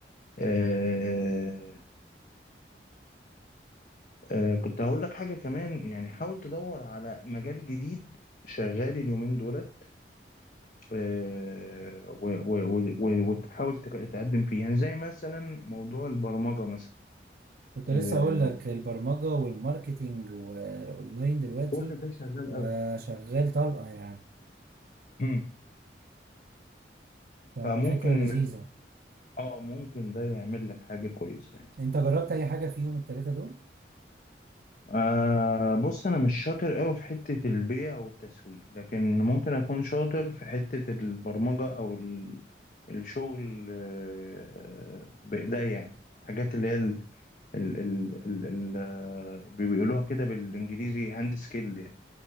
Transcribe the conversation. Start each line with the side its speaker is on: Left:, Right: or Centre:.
Left: آه... آه... كنت هقول لك حاجه كمان يعني حاول تدور على مجال جديد شغال اليومين دولت آه... و... و... و... و- وتحاول تق- تقدم فيه يعني زي مثلا موضوع البرمجه مثلا
Right: كنت لسه
Left: آه...
Right: اقول لك البرمجة والماركتينج والاونلاين دلوقتي
Left: كل ده شغال
Right: بقى
Left: قوي
Right: شغال طلقة يعني
Left: مم.
Right: ففكرة
Left: فممكن
Right: لذيذة
Left: اه ممكن ده يعمل لك حاجة كويسة يعني.
Right: انت جربت اي حاجة في يوم التلاتة دول؟
Left: آه بص انا مش شاطر قوي في حتة البيع او التسويق لكن ممكن اكون شاطر في حتة البرمجة او ال- الشغل آه بايديا يعني حاجات اللي هي ال ال ال ال ال آه، بيقولوها كده بالانجليزي هاند سكيل يعني